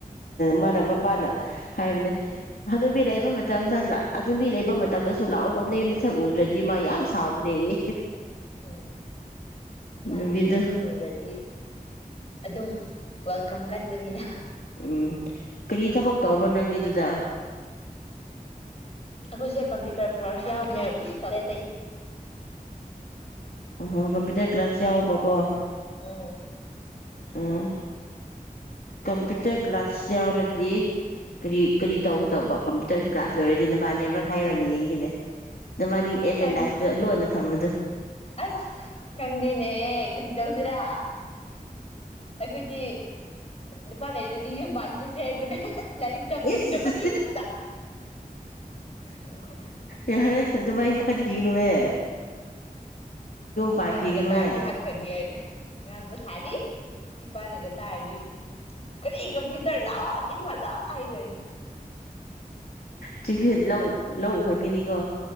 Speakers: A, on the left; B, on the left.
A: ꯃꯥꯅ ꯃꯄꯥꯥꯟꯅ ꯍꯥꯏꯕꯅꯦ ꯑꯅꯕꯤ ꯂꯩꯕ ꯃꯇꯝꯗ ꯑꯗꯨꯟꯕꯤ ꯂꯩꯕ ꯃꯇꯝꯗꯁꯨ ꯂꯥꯛꯑꯣ ꯀꯣꯟꯗꯩ ꯃꯤꯁꯛ ꯎꯗ꯭ꯔꯗꯤ ꯃꯥ ꯌꯥꯝ ꯁꯥꯎꯕꯅꯦ ꯑꯦ
B: ꯎꯝ
A: ꯅꯨꯕꯤꯗꯣ
B: ꯃꯥꯗꯤ ꯃꯤ ꯎꯔꯗꯤ ꯑꯗꯨꯝ ꯀꯝ ꯀꯟꯕꯅꯤꯅ
A: ꯎꯝ ꯀꯔꯤ ꯊꯕꯛ ꯇꯧꯔꯕꯣ ꯅꯪꯗꯤ ꯑꯗꯨꯗ
B: ꯑꯩꯈꯣꯏꯁꯦ ꯀꯝꯄ꯭ꯌꯨꯇꯔ ꯐ ꯌꯥꯎꯕꯅꯦꯕꯁꯨ ꯇꯦꯇꯩ
A: ꯑꯍꯣ ꯀꯝꯄ꯭ꯌꯨꯇꯔ ꯀ꯭ꯂꯥꯁ ꯌꯥꯎꯕꯀꯣ
B: ꯎꯝ
A: ꯎꯝ ꯀꯝꯄ꯭ꯌꯨꯇꯔ ꯀ꯭ꯂꯥꯁ ꯌꯥꯎꯔꯗꯤ ꯀꯔꯤ ꯀꯔꯤ ꯇꯧꯒꯗꯧꯕ ꯀꯝꯄ꯭ꯌꯨꯇꯔ ꯀ꯭ꯂꯥꯁ ꯂꯣꯏꯔꯗꯤ ꯅꯕꯥꯅꯤ ꯑꯃ꯭ꯔꯛ ꯍꯥꯏꯥꯏꯔꯣꯅꯦ ꯌꯦꯡꯈꯤꯅꯦ ꯅꯅꯤ ꯑꯦꯝ
B: ꯈꯪ
A: ꯑꯦ ꯂꯦꯇ ꯂꯣꯟꯅ ꯊꯝꯃꯗꯨ
B: ꯑꯁ ꯈꯪꯗꯦꯅꯦꯍꯦ ꯀꯨꯗꯤꯤ ꯇꯧꯁꯤꯦꯔꯥ ꯑꯩꯈꯣꯏꯗꯤ ꯅꯨꯄꯥ ꯂꯩꯔꯗꯤ ꯌꯨꯝ ꯥꯡ <unintelligible> ꯌꯥꯦꯕꯅꯦ ꯂꯥꯏꯔꯤ ꯇꯝꯅꯤꯡ
A: ꯏꯁ
B: ꯇꯄ ꯃꯤ ꯉ ꯑꯗꯨ ꯈ
A: ꯌꯥ ꯍꯔꯗꯋꯥꯏ ꯈ ꯀꯣꯅꯦ
B: ꯏꯄꯥꯅꯒ
A: ꯄꯥꯟꯈꯤꯒꯅꯨꯍꯦ
B: ꯇꯥꯔꯗꯤ ꯍꯥꯠꯈ꯭ꯔꯅꯤ ꯑꯩ ꯉꯥꯡꯕ ꯁꯥꯔꯤ ꯏꯄꯥꯅꯒ ꯇꯥꯔꯗꯤ ꯀꯔꯤ ꯀꯝꯐ꯭ꯌꯨꯇꯔ ꯂꯥꯎ ꯏꯝꯐꯥ ꯍꯥꯏꯒꯅꯤ
A: ꯆꯤꯡ ꯂꯧ ꯂꯧ ꯎꯍꯟꯒꯅꯤꯀꯣ